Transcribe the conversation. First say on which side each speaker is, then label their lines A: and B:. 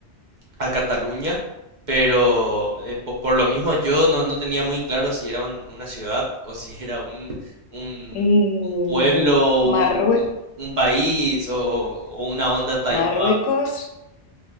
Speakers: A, on the right; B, on the left.
A: a Cataluña. Pero eh, po- por, lo mismo yo no, no tenía muy claro si era un- una ciudad <laughs> o si era un, un
B: Mm,
A: pueblo,
B: Marrue-
A: un, un país o, o una onda Taiwán.
B: Marruecos,